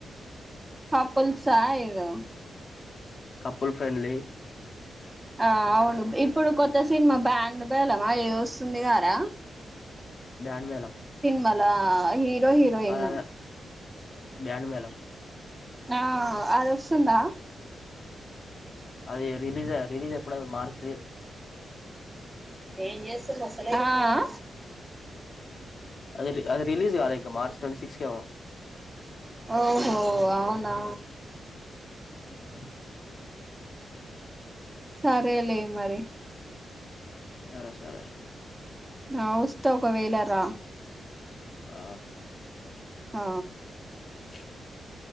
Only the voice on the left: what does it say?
కపుల్ ఫ్రెండ్లీ
బాండ్ మేళం
అద బ్యాండ్ మేళం
అది రిలీజ్ రిలీజ్ ఆయి ఎపుడు <unintelligible>
అది అది రిలీజ్ గాలే ఇంకా మార్చ్ ట్వంటీ సిక్స్ కేమో
<unintelligible>
సరే, సరే
ఆ
<unintelligible>